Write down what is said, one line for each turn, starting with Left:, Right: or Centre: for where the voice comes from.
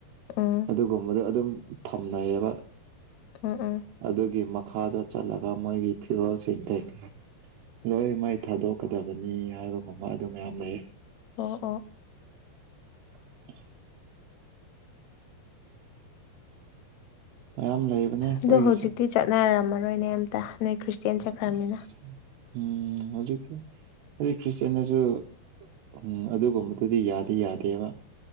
Left: ꯎꯝ
Right: ꯑꯗꯨꯒꯨꯝꯕꯗꯣ ꯑꯗꯨꯝ ꯊꯝꯅꯩꯌꯦꯕ
Left: ꯎꯝ ꯎꯝ
Right: ꯑꯗꯨꯒꯤ ꯃꯈꯥꯗ ꯆꯠꯂꯒ ꯃꯣꯏꯒꯤ ꯐꯤꯔꯣꯜꯁꯤꯡ ꯀꯩꯀꯥ ꯂꯣꯏ ꯃꯩ ꯊꯥꯗꯣꯛꯀꯗꯕꯅꯤ ꯍꯥꯏꯕꯒꯨꯝꯕ ꯑꯗꯨ ꯃꯌꯥꯝ ꯂꯩꯌꯦ
Left: ꯑꯣ ꯑꯣ
Right: <unintelligible> <inaudible> ꯃꯌꯥꯝ ꯂꯩꯕꯅꯦ ꯑꯩꯈꯣꯏꯒꯤꯁꯨ
Left: ꯑꯗꯣ ꯍꯧꯖꯤꯛꯇꯤ ꯆꯠꯅꯔꯝꯃꯔꯣꯏꯅꯦ ꯑꯝꯇ ꯅꯣꯏ ꯈ꯭ꯔꯤꯁꯇꯤꯌꯥꯟ ꯆꯠꯈ꯭ꯔꯝꯃꯤꯅ
Right: ꯑꯁ ꯎꯝ ꯍꯧꯖꯤꯛꯗꯤ ꯈꯣꯏ ꯈ꯭ꯔꯤꯁꯇꯤꯌꯟꯗꯁꯨ ꯎꯝ ꯑꯗꯨꯒꯨꯝꯕꯗꯨꯗꯤ ꯌꯥꯗꯤ ꯌꯥꯗꯦꯕ